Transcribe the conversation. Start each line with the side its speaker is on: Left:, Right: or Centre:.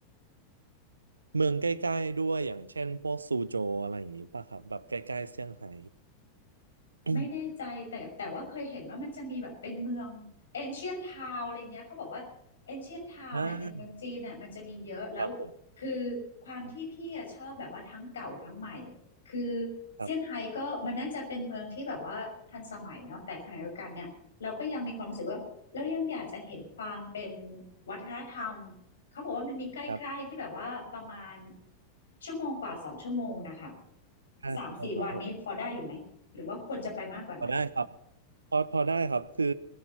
Right: เมืองใกล้ๆด้วยอย่างเช่นพวกซูโจวอะไรอย่างงี้ป่ะครับแบบใกล้ๆเซี่ยงไฮ้ <coughs> อืม
Left: ไม่แน่ใจแต่แต่ว่าเคยเห็นว่ามันจะมีแบบเป็นเมืองเอน i e n t นทาวอะไรเงี้ยเขาบอกว่าเอน i e n t นทาวเนี่ยในเมืองจีนเน่ยมันจะมีเยอะแล้ว
Right: อ่าครับผม
Left: คือความที่พี่อะชอบแบบว่าทั้งเก่าทั้งใหม่
Right: ครับ
Left: คือ
Right: ครับ
Left: เซี่ยงไฮ้ก็มันน่าจะเป็นเมืองที่แบบว่าทันสมัยเนาะแต่ขณะเดียวกันเนี่ยเราก็ยังมีความรู้สึกว่าเรายังอยากจะเห็นความเป็นวัฒนธรรมเขาบอกว่ามันมีใกล้ๆที่แบบว่าประมาณ
Right: ครับ
Left: ชั่วโมงกว่าสองชั่วโมงนะคะ
Right: อ่าได้ครับผม
Left: สามสี่วันนี้พอได้อยู่ไหม หรือว่าควรจะไปมากกว่านั้น
Right: พอได้ครับ พอพอได้ครับคือ